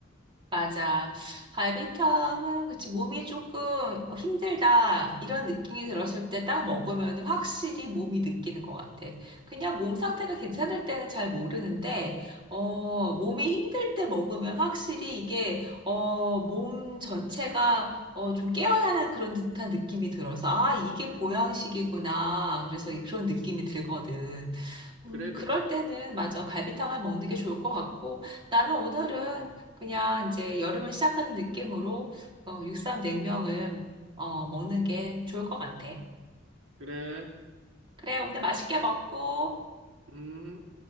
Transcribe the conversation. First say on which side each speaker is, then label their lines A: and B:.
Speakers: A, on the right (about 25°); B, on the right (about 70°).
A: 맞아. 갈비탕은 그치 몸이 조금 어, 힘들다 이런 느낌이 들었을 때 딱 먹으면 확실히 몸이 느끼는 것 같아. 그냥 몸 상태가 괜찮을 때는 잘 모르는데 어 몸이 힘들 때 먹으면 확실히 이게 어 몸 전체가 어 좀 깨어나는 그런 듯한 느낌이 들어서 아 이게 보양식이구나. 그래서 이- 그런 느낌이 들거든. 음,
B: 그래,
A: 그럴
B: 그래.
A: 때는 맞아. 갈비탕을 먹는
B: 음,
A: 게 좋을 것 같고, 나는 오늘은 그냥 이제 여름을 시작하는 느낌으로 어, 육삼 냉면을 어, 먹는 게 좋을 것 같아.
B: 그래.
A: 그래, 오늘 맛있게 먹고.
B: 음.